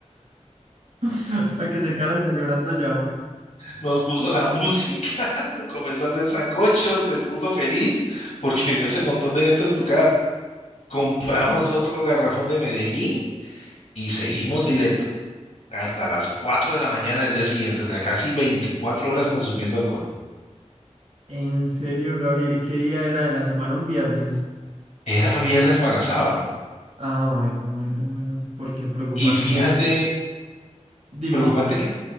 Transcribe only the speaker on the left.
nos puso la música, <laughs> comenzó a hacer sancochos, se puso feliz porque vio ese montón de gente en su casa. Compramos otro garrafón de Medellín y seguimos
directo hasta las 4 de la mañana del día siguiente, o sea, casi 24 horas consumiendo alcohol.
Era viernes para sábado.
Y fíjate,
preocupante
que,